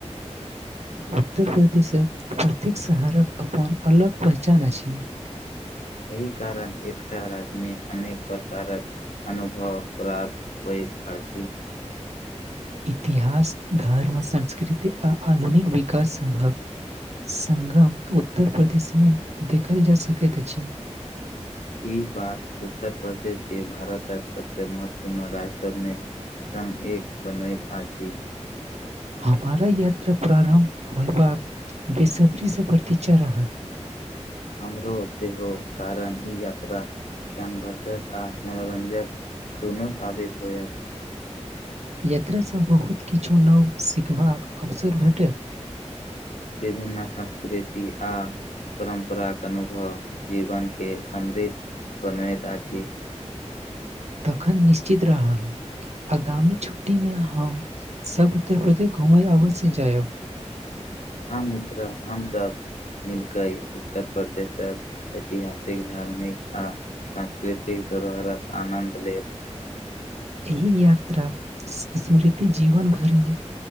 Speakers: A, on the left; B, on the right.
A: <inaudible>
B: उत्तर प्रदेशक प्रत्येक शहरक अपन अलग पहचान अछि
A: एहि कारण एकटा राज्यमे अनेक प्रकारक अनुभव प्राप्त होइत अछि
B: इतिहास धर्म संस्कृति आ आधुनिक विकास सम्भव संगम उत्तर प्रदेशमे देखल जा सकैत अछि
A: ई बात उत्तर प्रदेश के भारतक सबसे महत्वपूर्ण राज्य सभमे सगं एक बनबैत अछि
B: हमारा यात्रा प्रारम्भ होयबाक बेसब्री से प्रतिक्षा रहत
A: हमरो सेहो कारण ई यात्रा ज्ञानवर्द्धक आ मनोरञ्जक दुनू साबित होयत
B: यात्रासँ बहुत किछु नव सिखबाक अवसर भेटत
A: विभिन्न संस्कृति आ परम्पराक अनुभव जीवनके समृद्ध बनबैत अछि
B: तखन निश्चित रहल आगामी छुट्टी मे हम सब उत्तर प्रदेश घुमय अवश्य जायब
A: ह मित्र हम सभ मिलकै उत्तर प्रदेशक ऐतिहासिक धार्मिक आ सांस्कृतिक धरोहरक आनन्द लेब
B: एहि यात्रा स्मृति जीवन भरि